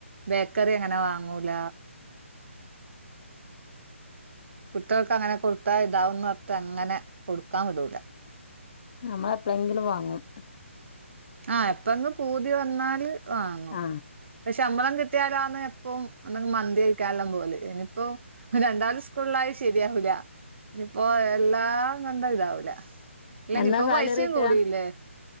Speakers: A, on the right; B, on the left.
A: ബേക്കറി അങ്ങനെ വാങ്ങൂല കുട്ട്യാൾക്ക് അങ്ങനെ കൊടുത്താ ഇതാവന്ന് അത്തെ അങ്ങനെ കൊടുക്കാൻ വ്ടൂല
B: നമ്മളെപ്ലെങ്കിലും വാങ്ങും
A: ആഹ് എപ്പെങ്കി പൂതി വന്നാല് വാങ്ങും
B: ആ
A: ക്ഷമ്പളം കിട്ടിയാലാന്ന് പ്പൊ മന്തി കഴിക്കെല്ലാം പോല് ഇനിയിപ്പോ രണ്ടാളും സ് കൂള്ളായി ശരിയാവൂല ഇനിപ്പോ എല്ലാം നന്താ ഇതാവൂല ഇല്ലെഞ്ഞി
B: എന്നാ
A: പ്പൊ
B: സാലറി
A: പൈസേം
B: കിട്ടുക
A: കൂടിയില്ലേ